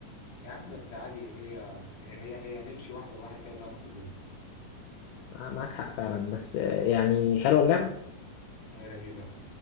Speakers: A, on the left (about 55°); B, on the left (about 80°).
A: يا عم بس عادي هي هي هي هتمشي واحدة واحدة كده لغاية ما تتظبط
B: آه، معاك حق فعلا بس آه، يعني حلوة اللعبة
A: هي لذيذة